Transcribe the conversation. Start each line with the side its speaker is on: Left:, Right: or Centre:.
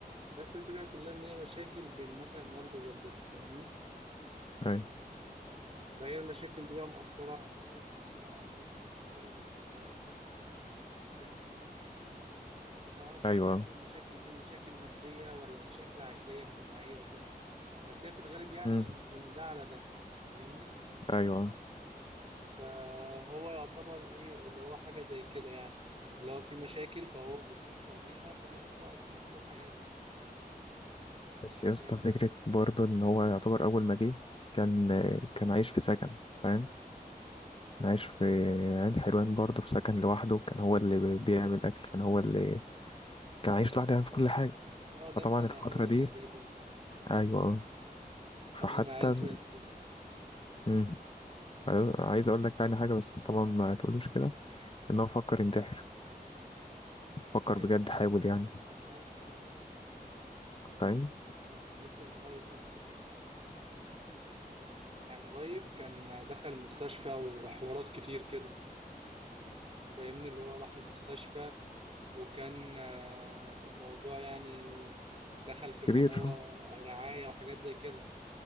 Right: بس الفكره كلها ان هي مشاكل بين مثلا والده ووالدته فاهمني
Left: أيوة
Right: فهي المشاكل دي بقى مأثره عليه ومأثره على طريقه تفكيره وطريقه حياته وكده فاهمني انا ما اعرفش
Left: أيوة
Right: اذا كانت المشاكل دي مشاكل ماديه ولا مشاكل عائليه اجتماعيه وكده بس هي في الغالب يعني
Left: امم
Right: من ده على ده فاهمني
Left: أيوة
Right: فهو يعتبر ايه اللي هو حاجه زي كده يعني اللي هو في مشاكل فهو بيتاثر بيها فبيأثر على سلوكه وحياته
Left: بس يا اسطى
Right: فاهمني
Left: فكرة برضه إن هو يعتبر أول ما جه كان كان عايش في سكن فاهم كان عايش في عين حلوان برضه في سكن لوحده كان هو اللي بي- بيعمل أكل كان هو اللي كان عايش لوحده يعني في كل حاجة
Right: اه ده
Left: فطبعا
Right: في سنه
Left: الفترة
Right: اولى
Left: دي
Right: تقريبا
Left: أيوة فحتى
Right: قبل ما عيلته ينزلوا
Left: امم عايز أقول لك يعني حاجة بس طبعا ما تقولوش كده إن
Right: مم.
Left: هو فكر ينتحر فكر
Right: ايوه
Left: بجد حاول يعني
Right: انا عارف
Left: فاهم
Right: كان لسه من قريب اصلا يعني من قريب كان دخل المستشفى وحوارات كتير كده فاهمني اللي هو راح المستشفى وكان آه، الموضوع يعني دخل في ان
Left: كبير
Right: هو
Left: اه
Right: رعاية وحاجات زي كده